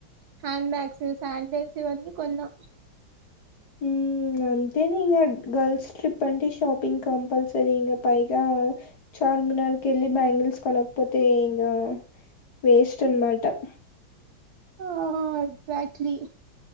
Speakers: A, on the right (about 65°); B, on the left (about 55°).
A: హ్యాండ్ బ్యాగ్స్ షాడిల్స్ అన్నీ కొన్నా
B: ఉ అంతే ఇ గర్ల్స్ ట్రిప్ అంటే షాపింగ్ కంపల్సరీ ఇంకా పైగా చార్ ఇ నాకి వెళ్లి బ్యాంగిల్స్ కొనకపోతే ఇంకా వేస్ట్ అన్ మాట
A: ఆ ఎక్సాక్ట్లీ